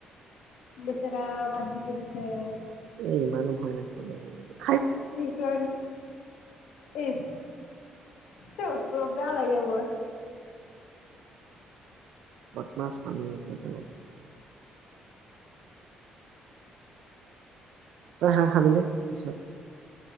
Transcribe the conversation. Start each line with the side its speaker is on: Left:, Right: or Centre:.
Left: বেচেৰা বান্ধি থৈ দিছে।
Right: এ ইমানো ভয় নাখাওঁ, এই
Left: এইটো আৰু এচ <unintelligible> প <unintelligible> লাগব।
Right: পাটনা স্থানি এতেতে <unintelligible> আ, হাঁহ খাবিলে পিছত।